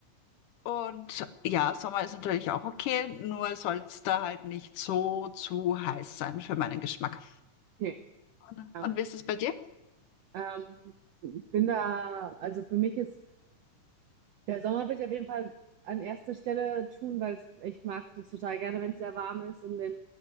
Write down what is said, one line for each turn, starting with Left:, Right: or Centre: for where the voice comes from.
Left: Und ja, Sommer ist natürlich auch okay, nur soll es da halt nicht so zu heiß sein für meinen Geschmack.
Right: Okay.
Left: Und,
Right: Ja.
Left: und wie ist es bei dir?
Right: Ähm, ich bin da, also für mich ist Der Sommer will ich auf jeden Fall an erster Stelle tun, weil es- ich mag das total gerne, wenn es sehr warm ist und wenn,